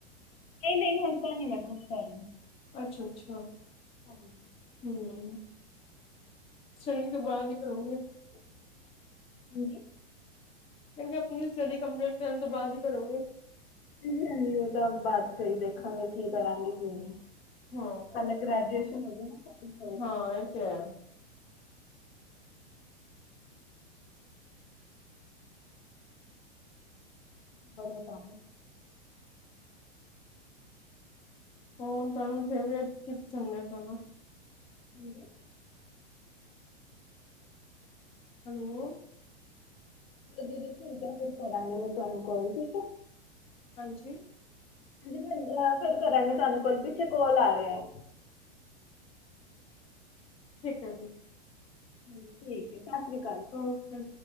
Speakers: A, on the left; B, on the left.
A: ਕੇ ਨਹੀ ਹਣ ਤਾਂ ਨੀ ਮੈਂ ਜੋਬ ਕਰ ਰਹੀ।
B: ਅੱਛਾ ਅੱਛਾ।
A: ਹਾਂਜੀ।
B: ਹਮ ਸ਼ਨੀ ਤੋਂ ਬਾਅਦ ਹੀ ਕਰੋਗੇ।
A: <inaudible> ਹੰਜੀ।
B: ਤੁਸੀ ਆਪਣੀ ਸਟੱਡੀ ਕੰਪਲੀਟ ਕਰਨ ਤੋਂ ਬਾਅਦ ਕੀ ਕਰੋਗੇ।
A: ਹਾਂਜੀ ਹਾਂਜੀ ਉਹ ਤਾਂ ਬਾਦ ਚਹੀ ਦੇਖਾਂਗੇ ਕੀ ਕਰਾਂਗੇ ਕਿ ਨਹੀਂ।
B: ਹਮ।
A: ਪਹਿਲੇ ਗ੍ਰੈਜੂਏਸ਼ਨ ਹੋ ਗਿਆ ਨਾ। ਸਾਡੀ ਫਿਰ
B: ਹਾਂ ਇਹ ਤੇ ਆ।
A: ਬੜੇ ਕੰਮ ਹਾ।
B: ਹੋਣ ਤੁਹਾਨੂੰ ਫੇਵਰੇਟ ਕਿੱਥੋਂ ਮਿਲੇ ਗਾ ਹਨਾ।
A: ਹਾਂਜੀ।
B: ਹੈਲੋ।
A: ਚਲੋ ਦੀਦੀ ਠੀਕ ਹੈ ਫਿਰ ਕਰਾਂਗੀ ਮੈਂ ਤੁਹਾਨੂੰ ਕੋਲ ਠੀਕ ਹੈ।
B: ਹਾਂਜੀ।
A: ਹਾਂਜੀ ਮੈਂ ਫੇਰ ਕਰਾਂਗੀ ਤੁਹਾਨੂੰ ਕੋਲ ਪਿੱਛੇ ਕੋਲ ਆ ਰਿਹਾ।
B: ਠੀਕ ਹੈ ਜੀ।
A: ਠੀਕਏ ਸਤਿ ਸ਼੍ਰੀ ਅਕਾਲ।
B: ਓਕੇ।